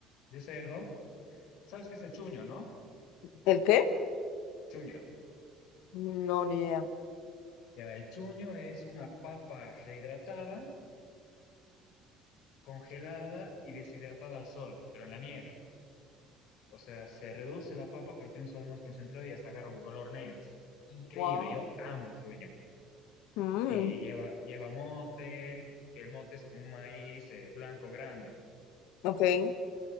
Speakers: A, on the left; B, on the left.
A: de cerdo. ¿Sabes qué es el chuño, no?
B: ¿El qué?
A: Chuño.
B: No, ni idea.
A: Ya, el chuño es una papa rehidratada, congelada y deshidratada al sol, pero en la nieve. O sea, se reduce la papa, pero tiene un sabor más concentrado y hasta agarra un color negro. Es increíble,
B: Wow.
A: yo amo el chuño.
B: Mm,
A: Y lleva, lleva mote, que el mote es como un maíz eh, blanco grande.
B: ok.